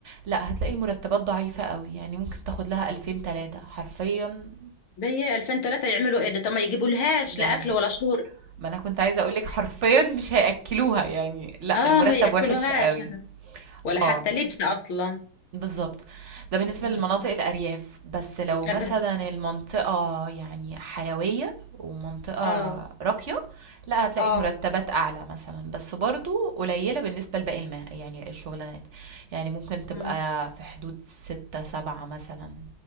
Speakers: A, on the right; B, on the left.
A: لا هتلاقي المرتبات ضعيفة قوي يعني ممكن تاخد لها ألفين تلاتة حرفيا
B: بي 2000 3 يعملوا ايه ده طب ما يجيبولهاش
A: يعني
B: لا اكل ولا شرب
A: ما انا كنت عايزه اقولك حرفيا مش هياكلوها يعني لا
B: اه
A: المرتب
B: ما ياكلوهاش
A: وحش قوي
B: ولا حتى
A: اه
B: لبس اصلا
A: بالظبط ده بالنسبه
B: مم.
A: للمناطق الارياف بس لو
B: طب
A: مثلا المنطقه يعني حيويه ومنطقه
B: اه
A: راقيه لا هتلاقي
B: اه
A: المرتبات اعلى مثلا بس برضو قليله بالنسبه لباقي المه يعني الشغلانات يعني ممكن تبقى
B: مم.
A: في حدود ستة سبعة مثلا